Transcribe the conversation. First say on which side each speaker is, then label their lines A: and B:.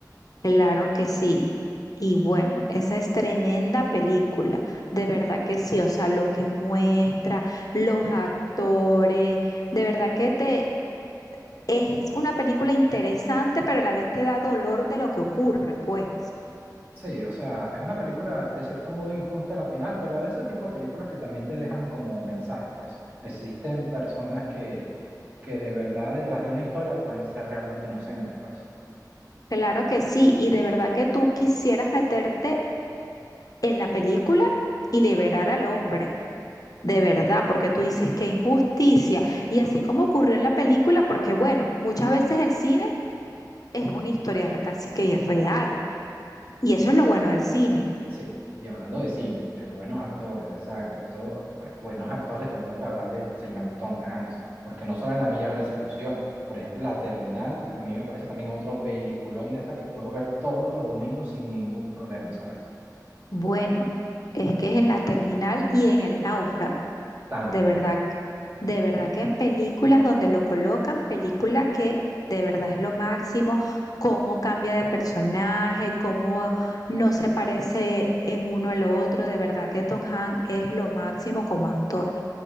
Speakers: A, on the left; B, on the right.
A: Claro que sí. Y bueno, esa es tremenda película, de verdad que sí, o sea, lo que muestra, los actores, de verdad que te es una película interesante, pero a la vez te da dolor de lo que ocurre, pues.
B: Sí, o sea, es una película de cierto modo injusta a la final, pero ese tipo de películas que también te dejan como mensajes, pues existen personas que, que de verdad detrás de una historia pueden ser realmente inocentes, pues.
A: Claro que sí, y de verdad que tú quisieras meterte en la película y liberar al hombre, de verdad, porque tú dices qué injusticia. Y así como ocurrió en la película, porque bueno, muchas veces el cine es una historia casi que real. Y eso es lo bueno del cine.
B: Sí, y hablando de cine, de buenos actores, de saga y todo, bueno, buenos actores tenemos que hablar del señor Tom Hanks, porque no solo en La Milla Verde se lució, por ejemplo, La Terminal, a mí me parece también otro peliculón de esa que puedo ver todos los domingos sin ningún problema, ¿sabes?
A: Bueno, es que es en la terminal y en el náufrago.
B: También,
A: De verdad, de verdad que en películas donde lo colocan, película que de verdad es lo máximo, cómo cambia de personaje, cómo no se parece en uno al otro. De verdad que Tom Hanks es lo máximo como actor.